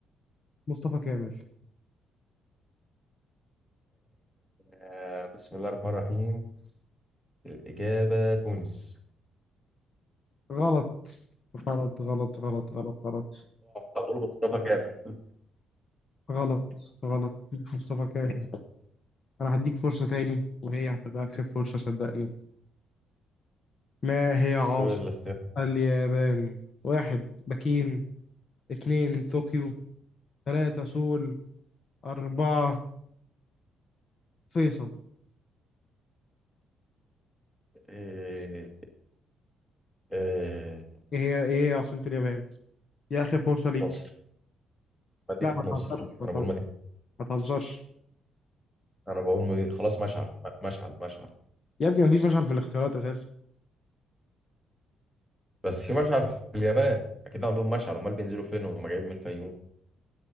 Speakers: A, on the left; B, in the centre.
A: مصطفى كامل
B: آه بسم الله الرحمن الرحيم الإجابة تونس
A: غلط غلط غلط غلط غلط غلط
B: هتقول مصطفى كامل
A: غلط غلط مصطفى كامل <laughs> انا هديك فرصة تاني وهي هتبقى اخر فرصة صدقني ما هي عاصمة
B: هو الاختيار
A: اليابان واحد بكين اتنين طوكيو تلاتة سول أربعة فيصل
B: إيه إيه
A: ايه هي ايه هي عاصمة اليابان دي اخر فرصة ليك
B: ناصر مدينة
A: لا ما
B: نصر
A: تهزرش ما
B: أنا
A: تهزرش
B: بقول مدينة
A: ما تهزرش.
B: أنا بقول مدينة. خلاص مشعل مشعل مشعل
A: يا ابني مفيش مشعل في الاختيارات اساسا
B: بس في مشعل في اليابان أكيد عندهم مشعل أمال بينزلوا فين وهم جايين من الفيوم